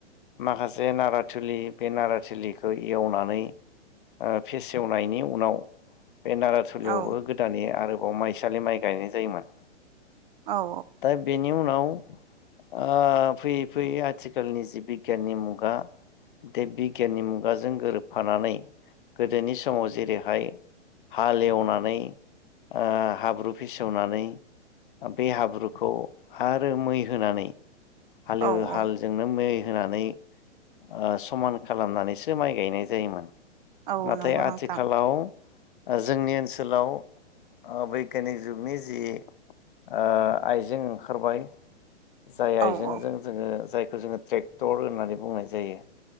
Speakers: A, on the left; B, on the right.
A: माखासे नाराथिलि बे नाराथलिखौ एवनानै ओ फेसेवनायनि उनाव बे नाराथोलिआवबो
B: औ
A: गोद ए आरोबाव माइसालि माइ गायनाय जायोमोन।
B: औ
A: दा बेनि उनाव ओ फैयै फैयै आथिखालनि जि बिगियाननि मुगा बे बिगियाननि मुगाजों गोरोबफानानै गोदोनि समाव जेरैहाय हालेवनानै ओ हाब्रु फिसेवनानै बे हाब्रुखौ हारो मै होनानै हालेव
B: औ
A: हालजोंनो
B: औ
A: मै होनानै ओ समान खालामनानैसो माइ गायनाय जायोमोन।
B: औ
A: नाथाय
B: नंगौ
A: आथिखालाव
B: नोंथां
A: ओ जोंनि ओनसोलाव ओ बैग्यानिक जुगनि जि ओ आइजें ओंखारबाय जाय आइजेंजों
B: औ औ
A: जोजोंङो जाय खौ जोंङो ट्रेक्टर होननानै बुंनाय जायो।